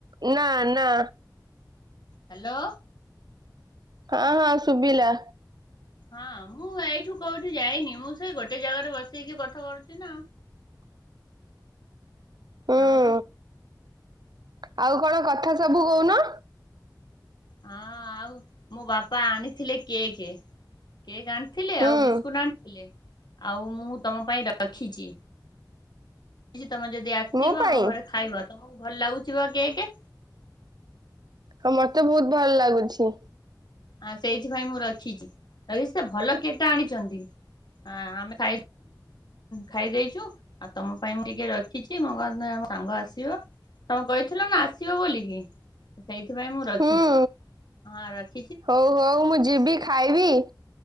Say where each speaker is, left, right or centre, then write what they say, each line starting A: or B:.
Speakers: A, on the right; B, on the left.
A: ନା ନା
B: ହ୍ୟାଲୋ
A: ହଁ ହଁ ଶୁଭିଲା
B: ହଁ ମୁଁ ଏଇଠୁ କୋଉଠି ଯାଇନି ମୁଁ ସେ ଗୋଟେ ଜାଗାରେ ବସେଇକି କଥା କରୁଛି ନା
A: <inaudible> ହୁଁ
B: ଆଉ
A: ଆଉ କଣ କଥା ସବୁ କହୁନ?
B: ହଁ ଆଉ ମୋ ବାପା ଆଣିଥିଲେ କେକ୍ କେକ୍ ଆଣି ଆଣିଥିଲେ
A: ହୁଁ
B: ଆଉ ବିସ୍କୁଟ ଆଣିଥିଲେ। ଆଉ ମୁଁ ତମ ପାଇଁ ରଖିଛି। ତମେ ଯଦି ଆସିବ
A: ମୋ ପାଇଁ
B: ଆମ ଘରେ ଖାଇବ ତମକୁ ଭଲ ଲାଗୁଛି କେକ
A: ହଁ ମତେ ବହୁତ ଭଲ ଲାଗୁଛି।
B: ହଁ ସେଇଥିପାଇଁ ମୁଁ ରଖିଛି ରି ସେ ଭଲ କେଟା ଆଣିଛନ୍ତି। ହଁ ଆମେ ଖା ଖାଇ ଦେଇେଇଛୁ ଆଉ ତମ ପାଇଁ ମୁଁ ଟିକେ ରଖିଛି ମ <unintelligible> ତୋ ସାଙ୍ଗ ଆସିବ ତମେ କହିଥିଲ ନା ଆସିବ ବୋଲିକି ସେଇଥିପାଇଁ ମୁଁ ରଖିଛି
A: ହୁଁ
B: ହଁ ରଖି
A: ହଉ ହଉ ମୁଁ ଯିବି ଖାଇବି